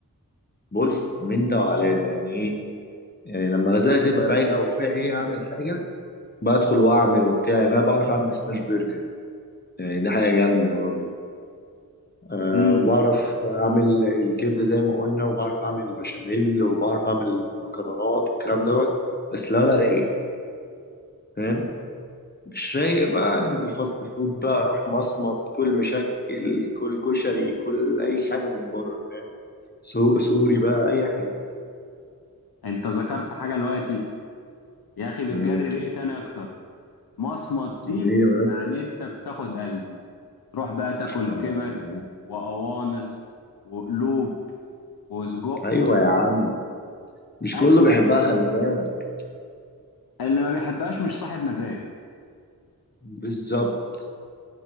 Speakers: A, on the left; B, on the left.
A: بص من ده وعلى ده يعني ايه يعني لما غزالة تبقى رايقة وفيها ايه اعمل حاجة بدخل واعمل وبتاع يعني انا بعرف اعمل سماش برجر يعني دي حاجة جامدة برضو أه
B: امم
A: وبعرف اعمل الكبدة زي ما قلنا وبعرف اعمل البشاميل وبعرف اعمل مكرونات والكلام دوت بس لو انا رايق فاهم مش رايق بقى ننزل فاست فود بقى روح مصمت كل مشكل كل كشري كل اي حاجه من بره فاهم سوق سوري بقى اي حاجه
B: انت ذكرت حاجة دلوقتي يا اخي بتجري
A: امم
B: ريقي تاني اكتر مصمت دي
A: ليه
B: يعني
A: بس
B: انت بتاخد قلبي تروح بقى تاكل
A: آه.
B: كبد وقوانص وقلوب وسجق
A: ايوه يا عم مش
B: أكلة
A: كله بيحبها خلي بالك
B: اللي ما بيحبهاش مش صاحب مزاج
A: بالظبط